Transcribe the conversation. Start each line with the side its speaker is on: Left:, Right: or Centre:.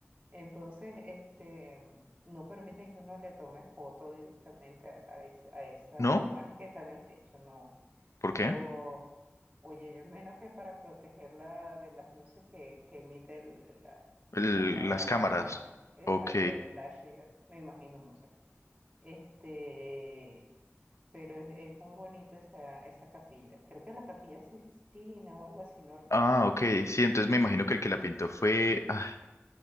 Right: entonces, este, no permiten que uno le tome foto directamente a, a esa a esa
Left: ¿No?
Right: imagen que está en el techo, no.
Left: ¿Por
Right: Pero,
Left: qué?
Right: oye, yo menos que para protegerla de las luces que, que emite el- la,
Left: El-
Right: la cámara,
Left: las cámaras.
Right: ajá, exacto,
Left: Ok.
Right: el flash, y es- me imagino, no sé. Este, pero es, es muy bonito esa, esa capilla. Creo que es la Capilla Sixtina o algo así, no recuerdo.
Left: Ah, ok, sí, entonces me imagino que el que la pintó fue ah,